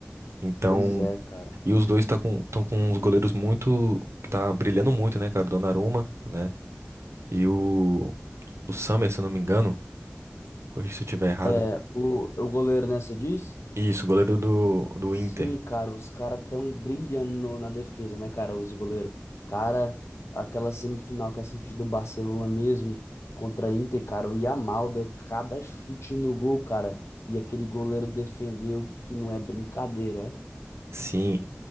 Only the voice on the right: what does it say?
Então,
e os dois tá com, estão com uns goleiros muito, que tá brilhando muito, né, cara? O Donnarumma, né? E o, o Sommer, se eu não me engano, corrija se eu estiver errado.
Isso, goleiro do, do
Inter.
Sim,